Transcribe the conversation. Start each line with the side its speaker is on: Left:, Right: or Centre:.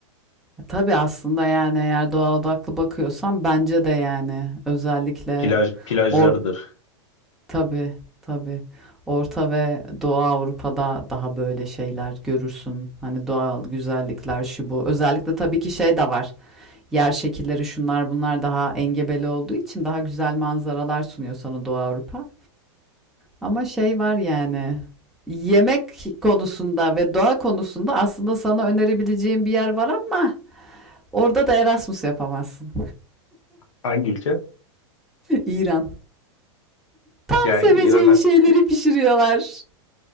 Centre: E, Tabii aslında yani eğer doğa odaklı bakıyorsan bence de yani özellikle
Left: Plaj, plajlarıdır.
Centre: or tabii tabii Orta ve Doğu Avrupa'da daha böyle şeyler görürsün. Hani doğal güzellikler şu bu. Özellikle tabii ki şey de var. Yer şekilleri şunlar bunlar daha engebeli olduğu için daha güzel manzaralar sunuyor sana Doğu Avrupa. Ama şey var yani. Yemek konusunda ve doğa konusunda aslında sana önerebileceğim bir yer var ama orada da Erasmus yapamazsın.
Left: Hangi ülke?
Centre: <laughs> İran. Tam
Left: Yani
Centre: seveceğin
Left: İran'a
Centre: şeyleri pişiriyorlar.